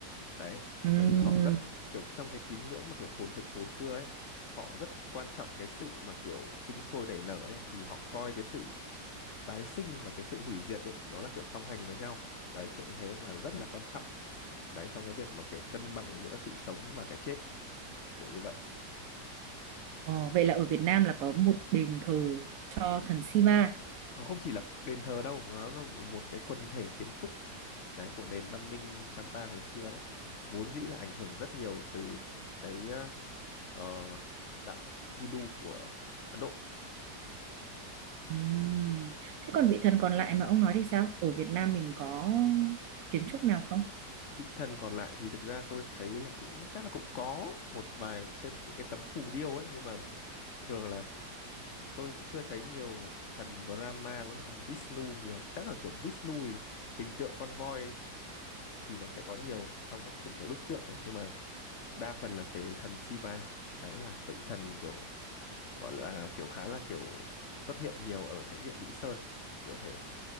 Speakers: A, on the left; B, on the right.
A: đấy
B: Ừm.
A: bởi vì họ rất kiểu trong cái tín ngưỡng mà kiểu phồn thực hồi xưa ấy họ rất quan trọng cái sự mà kiểu sinh sôi nảy nở ấy thì họ coi cái sự tái sinh và cái sự hủy diệt ấy nó là kiểu song hành với nhau đấy kiểu như thế và rất là quan trọng đấy trong cái việc mà kiểu cân bằng giữa sự sống và cái chết kiểu như vậy
B: Ờ, vậy là ở Việt Nam là có một đền thờ cho thần Shiva.
A: nó không chỉ là đền thờ đâu mà nó là một cái quần thể kiến trúc đấy của nền văn minh Champa hồi xưa đấy vốn dĩ là ảnh hưởng rất nhiều từ cái ờ, ờ, đạo Hindu của Ấn Độ
B: Ừm. Thế còn vị thần còn lại mà ông nói thì sao? Ở Việt Nam mình có kiến trúc nào không?
A: vị thần còn lại thì thực ra tôi thấy là cũng chắc là cũng có một vài trên những cái tấm phù điêu ấy nhưng mà thường là tôi cũng chưa thấy nhiều thần Brahma và các thần Vishnu nhiều chắc là kiểu Vishnu thì hình tượng con voi thì nó sẽ có nhiều trong các kiểu cái bức tượng ấy nhưng mà đa phần là về thần Shiva đấy là vị thần kiểu gọi là kiểu khá là kiểu xuất hiện nhiều ở thánh địa Mỹ Sơn kiểu thế